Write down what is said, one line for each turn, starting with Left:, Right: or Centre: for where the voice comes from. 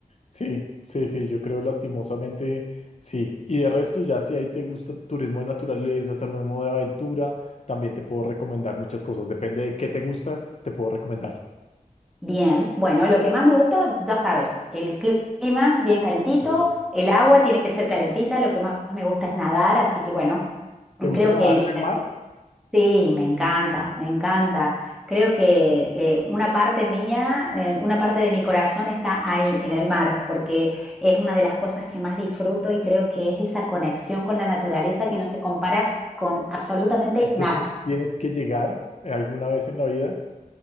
Left: sí, sí, sí, yo creo lastimosamente sí. Y de resto, ya si ahí te gusta turismo de naturaleza, turismo de aventura, también te puedo recomendar muchas cosas. Depende de qué te gusta, te puedo recomendar.
Centre: Bien, bueno, lo que más me gusta, ya sabes, el clima bien calentito,
Left: Eh,
Centre: el agua tiene que ser calentita, lo que más me gusta es nadar, así que bueno,
Left: ¿te gusta
Centre: creo
Left: nadar
Centre: que mi
Left: en el mar?
Centre: Sí, me encanta, me encanta. Creo que eh, una parte mía, eh, una parte de mi corazón está ahí en el mar, porque es una de las cosas que más disfruto y creo que es esa conexión con la naturaleza que no se compara con absolutamente
Left: Entonces
Centre: nada.
Left: tienes que llegar alguna vez en la vida